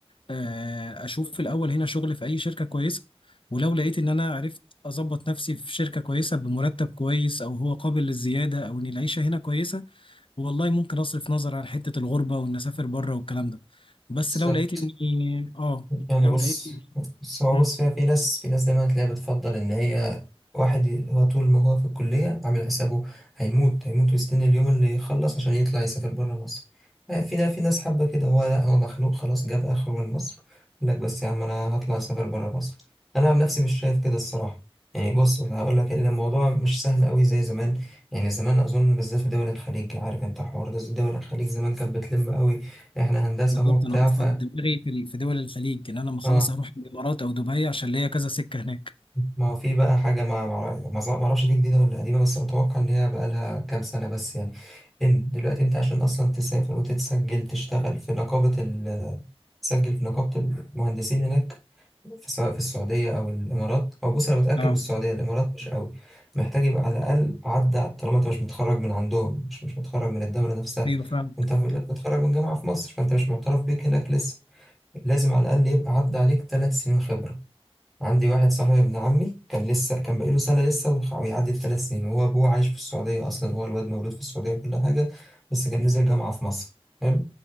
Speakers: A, on the left (about 55°); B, in the centre.
A: آه، أشوف في الأول هنا شغل في أي شركة كويسة ولو لقيت ان انا عرفت اظبط نفسي في شركة كويسة بمرتب كويس او هو قابل للزيادة او ان العيشة هنا كويسة والله ممكن اصرف نظر عن حته الغربه وان اسافر بره والكلام ده بس
B: بالظبط
A: لو لقيت اني اه يعني
B: يعني بص
A: لو لقيت اني
B: بص هو
A: مم.
B: بص فيها في ناس في ناس دايما تلاقيها بتفضل ان هي واحد ي- هو طول ما هو في الكلية عامل حسابه هيموت هيموت ويستنى اليوم اللي يخلص عشان يطلع يسافر بره مصر آه، في ناس في ناس حابة كده هو لا هو مخنوق خلاص جاب اخره من مصر يقول لك بس يا عم انا هطلع اسافر بره مصر انا عن نفسي مش شايف كده الصراحة يعني بص أنا هقول لك ان الموضوع مش سهل قوي زي زمان يعني زمان اظن بالذات في دول الخليج عارف انت حوار ده دول الخليج زمان كانت بتلم قوي احنا هندسة
A: بالظبط
B: هو بتاع
A: انا اصلا
B: ف
A: دماغي في ال- في دول الخليج ان انا لما خلاص
B: اه
A: اروح الامارات او دبي عشان ليا كذا سكه هناك
B: ما هو في بقى حاجة ما ما ما أظن- ما أعرفش دي جديدة ولا قديمة بس أتوقع إن هي بقى لها كام سنة بس يعني إن دلوقتي أنت عشان أصلا تسافر وتتسجل تشتغل في نقابة ال تسجل في نقابة المهندسين هناك في سواء في السعودية أو الإمارات أو بص أنا متأكد
A: اه
B: من السعودية الإمارات مش قوي محتاج يبقى على الأقل عدى طالما أنت مش متخرج من عندهم مش مش متخرج من الدولة نفسها
A: ايوه فعلا
B: أنت متخرج من جامعة في مصر فأنت مش معترف بيك هناك لسه لازم على الأقل يبقى عدى عليك ثلاث سنين خبرة عندي واحد صاحبي ابن عمي كان لسه كان بقاله سنة لسه ويخ- ويعدي الثلاث سنين هو أبوه عايش في السعودية أصلا هو الواد مولود في السعودية وكل حاجة بس كان نزل جامعة في مصر حلو